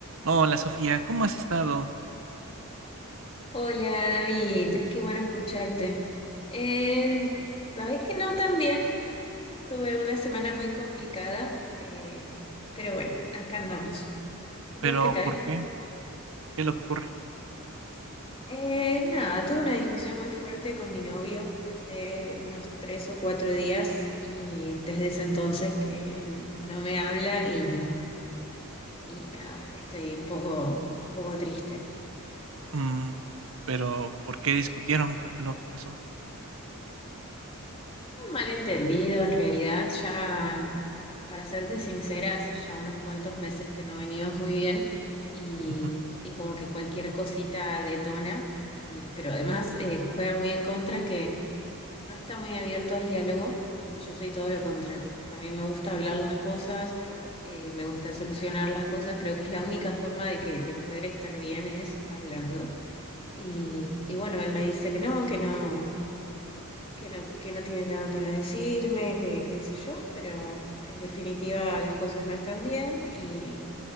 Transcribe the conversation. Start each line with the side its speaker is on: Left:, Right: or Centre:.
Right: Hola Sofía, ¿cómo has estado?
Left: Hola David, qué bueno escucharte. Eh, sabes que no también, tuve una semana muy complicada, eh, pero bueno, acá andamos. ¿Vos
Right: ¿Pero
Left: qué tal?
Right: por qué? ¿Qué es lo que ocurre?
Left: Eh, nada, tuve una discusión muy fuerte con mi novio hace unos tres o cuatro días y desde ese entonces que no me habla y, y nada, estoy un poco, un poco triste.
Right: Mm, ¿pero por qué discutieron? ¿Qué fue lo que pasó?
Left: Fue un malentendido, en realidad, ya, para serte sincera, hace ya unos cuantos meses que no venimos muy bien y,
Right: Ujú.
Left: y como que cualquier cosita detona, y, pero además eh, juega muy en contra que no está muy abierto al diálogo y yo soy todo lo contrario. A mí me gusta hablar las cosas, eh, me gusta solucionar las cosas, creo que es la única forma de que de poder estar bien es hablando. Y, y bueno, él me dice que no, que no que no, que no tiene nada para decirme, que qué sé yo, pero en definitiva las cosas no están bien y,